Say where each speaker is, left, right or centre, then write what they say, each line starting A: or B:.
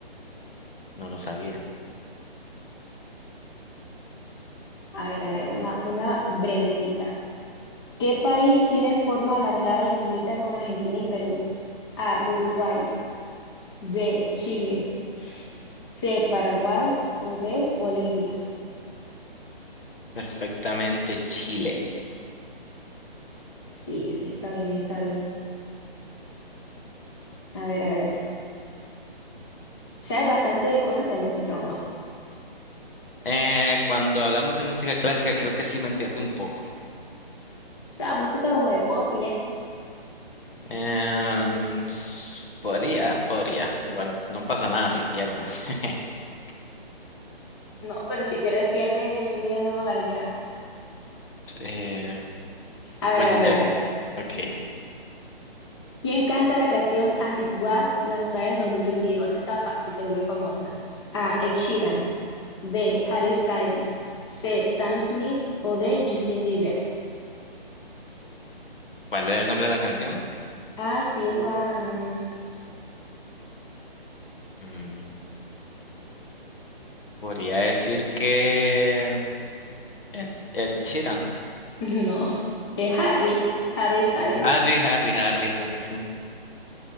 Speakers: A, on the left; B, on the left.
A: no lo sabía.
B: A ver, a ver, una, una brevecita. ¿Qué país tiene forma alargada y limita con Argentina y Perú? A, Uruguay, B, Chile, C, Paraguay o D, Bolivia.
A: Perfectamente Chile.
B: Sí, sí, está bien, está bien. A ver, a ver. ¿Sabes bastante de cosas de música o no? O
A: Eh, cuando hablamos de música clásica, creo que sí me pierdo un poco.
B: sea, música como de pop y eso.
A: Em, s- podría, podría. Igual, no pasa nada si pierdo. <laughs>
B: No, pero si pierdes, pierdes un millón de dólares ya.
A: Eh,
B: A ver,
A: pues
B: a ver,
A: de...
B: a ver.
A: Ok,
B: ¿Quién canta la canción As It Was lanzada en 2022? Esta está fácil, se volvió famosa. A, Ed Sheeran, B. Harry Styles. C. Sam Smith o D. Justin Bieber.
A: ¿cuál era el nombre de la canción?
B: As it was.
A: Mm, podría decir que... Ed, Ed Sheeran.
B: <laughs> No, es Harry, Harry Styles.
A: Ah, sí, Harry, Harry, Harry, sí.